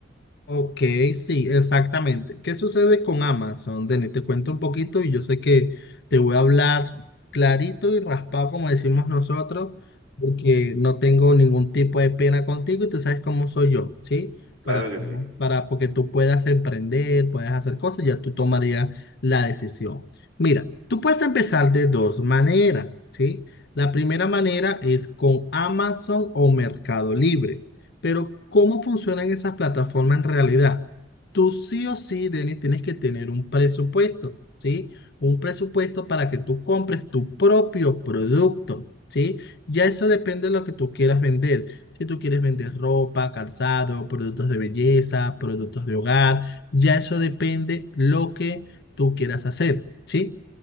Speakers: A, on the left (about 60°); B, on the right (about 85°).
A: Ok, sí, exactamente. ¿Qué sucede con Amazon? Denis, te cuento un poquito y yo sé que te voy a hablar clarito y raspado, como decimos nosotros, porque no tengo ningún tipo de pena contigo y tú sabes cómo soy yo, ¿sí?
B: Claro
A: Para,
B: que sí.
A: para porque tú puedas emprender, puedas hacer cosas, ya tú tomarías la decisión. Mira, tú puedes empezar de dos maneras, ¿sí? La primera manera es con Amazon o Mercado Libre. Pero ¿cómo funcionan esas plataformas en realidad? Tú sí o sí, Denis, tienes que tener un presupuesto, ¿sí? Un presupuesto para que tú compres tu propio producto, ¿sí? Ya eso depende de lo que tú quieras vender. Si tú quieres vender ropa, calzado, productos de belleza, productos de hogar, ya eso depende lo que tú quieras hacer, ¿sí?